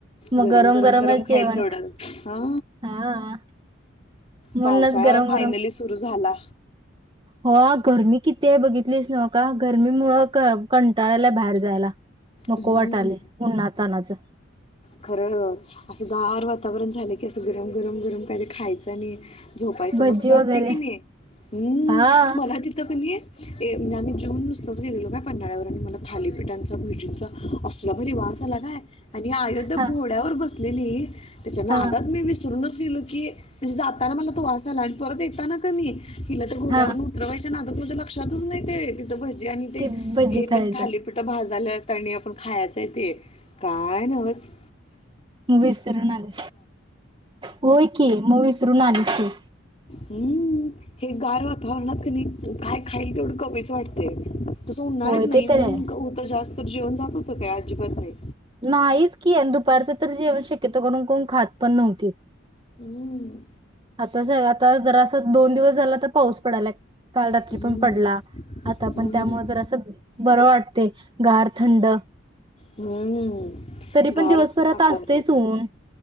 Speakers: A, on the right (about 25°); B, on the left (about 30°).
A: मग
B: गरम गरम
A: गरमच
B: गरम खाईल
A: जेवण
B: तेवढ हा.
A: हा म्हणूनच
B: पावसाळा
A: गरम
B: फायनली सुरू झाला.
A: हा गरमी कितीये बघितलीस नव्हं का? गरमीमुळं कंटाळा यालाय बाहेर जायला नको
B: हम्म
A: वाटालय उन्हा तानाच
B: खरं असं गार वा वातावरण झालं की असं गरम गरम गरम काही तेे खायचं आणि झोपायचं
A: भज्जी
B: मस्त वाटते
A: वगैरे
B: की नाही, हम्म
A: हा
B: मला तिथं कनी ए आम्ही जेवुन नुसतंच गेलेलो पन्हाळ्यावर आणि मला थालीपीठांच भजीं चा. असला भारी वास आला काय, आणि अयोध्या घोड्यावर
A: हा
B: बस लेली. तिच्या नादात
A: हा
B: मी विसरूनच दिल की म्हणजे जाताना मला तो वास आला आणि परत येताना कनी हिला तर घोड्यावर
A: हा
B: उतरवायच च्या नादात माझ्या लक्षातच नाही ते. भजी आणि ते
A: कि भज्जी
B: हे
A: खायचं
B: तेन थालीपीठं भाजाल्यात आणि आपण खायच आहे ते काय नव्हच
A: विसरून आले, होय की म विस रुण आलीस तू.
B: हम्म हे गार वातावरणात कणी काय खाईल तेवढं कमीच वाटतय. तसं उन्हाळ्यात
A: होय
B: नाही,
A: ते तर
B: ऊन
A: आहे
B: होत जास्त जेवण जात होत ते अजिबात नाही.
A: नाहीच की, आणि दुपारच तर जेवण शक्यतो करून कोण खात पण नव्हती.
B: हम्म,
A: आतास आता जरास दोन दिवस झाल आता पाऊस पडालाय. काल रात्री
B: हम्म,
A: पण पडला. आता
B: हम्म,
A: पण त्यामुळ जरासं बरं वाट- - ते गार, थंड.
B: हम्मम.
A: तरी
B: गार
A: पण दिवसभरात
B: अस वातावरण,
A: असतेच ऊन